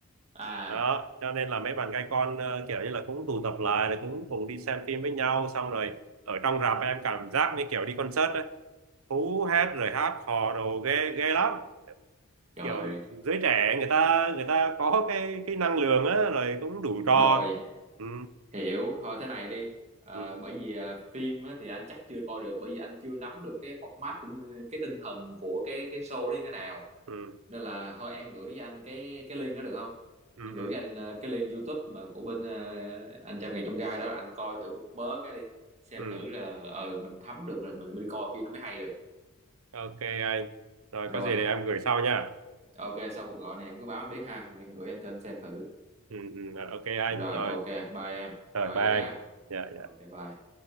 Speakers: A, on the right; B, on the right.
A: à
B: đó cho nên là mấy bạn gai con ờ, kiểu như là cũng tụ tập lại rồi cũng cùng đi xem phim với nhau xong rồi ở trong rạp em cảm giác như kiểu đi concert ấy hú hét rồi hát hò đồ ghê ghê lắm
A: trời
B: kiểu giới trẻ người ta người ta có cái cái năng lượng á rồi cũng đủ trò
A: rồi
B: ừ,
A: hiểu thôi thế này đi Ờ,
B: ừ,
A: bởi vì à, phim á, thì anh chắc chưa coi được bởi vì anh chưa nắm được cái format cũng như cái tinh thần của cái cái show đó như thế nào
B: ừ,
A: nên là thôi em gửi cho anh cái cái link đó được không
B: ừ,
A: em gửi
B: ừ.
A: cho anh ờ, cái link YouTube mà của bên ờ, anh trăm ngàn trong gai đó anh coi thử một mớ cái đi xem
B: ừ.
A: thử là ờ mình thấm được rồi mình mới đi coi phim nó mới hay được
B: ok anh rồi
A: rồi
B: có gì để em gửi sau nha
A: ok sau cuộc gọi này em cứ báo anh biết ha em gửi anh cho anh xem thử
B: ừ, ừ, ok anh
A: rồi
B: rồi
A: ok bye em
B: rồi
A: rồi
B: bye
A: vậy
B: anh
A: ha
B: dạ
A: ok
B: dạ
A: bye